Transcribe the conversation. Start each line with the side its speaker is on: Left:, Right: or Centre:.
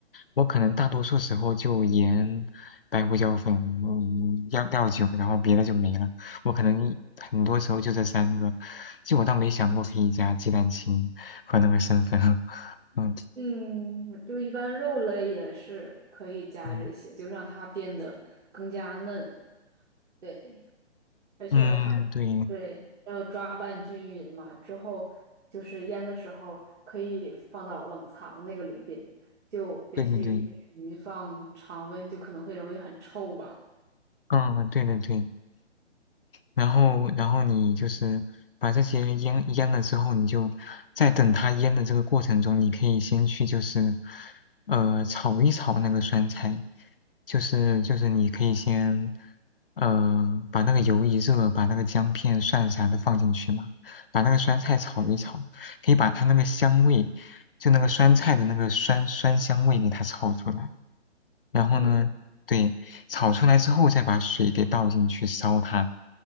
Left: 我可能大多数时候就盐、白胡椒粉、嗯，料料酒，然后别的就没了。我可能一很多时候就这三个，就我倒没想过可以加鸡蛋清和那个生粉。<laughs> 嗯
Right: 嗯，就一般肉类也是可以加这些，
Left: 嗯
Right: 就让它变得更加嫩。对，而且它
Left: 嗯，对
Right: 对要抓拌均匀嘛，之后就是腌的时候可以放到冷藏那个里边，就也许因为鱼放常温就可能会容易很臭吧。
Left: 对对对，嗯，对对对。然后然后你就是把这些腌腌了之后，你就在等它腌的这个过程中，你可以先去就是呃炒一炒那个酸菜，就是就是你可以先呃把那个油一热，把那个姜片、蒜啥的放进去嘛，把那个酸菜炒一炒，可以把它那个香味，就那个酸菜的那个酸酸香味给它炒出来。然后呢，
Right: 嗯，
Left: 对，炒出来之后再把水给倒进去烧它，